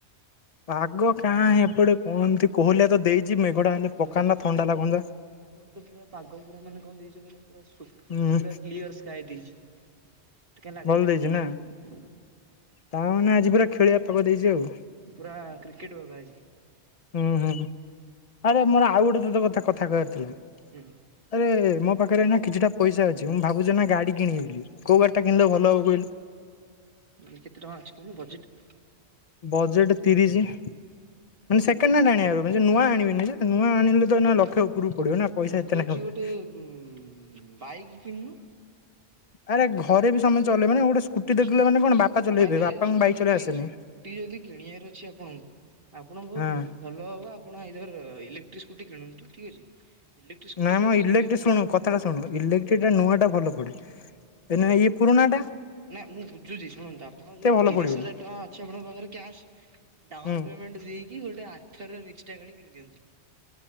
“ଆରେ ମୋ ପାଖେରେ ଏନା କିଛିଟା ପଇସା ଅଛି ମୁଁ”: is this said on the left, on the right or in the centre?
Left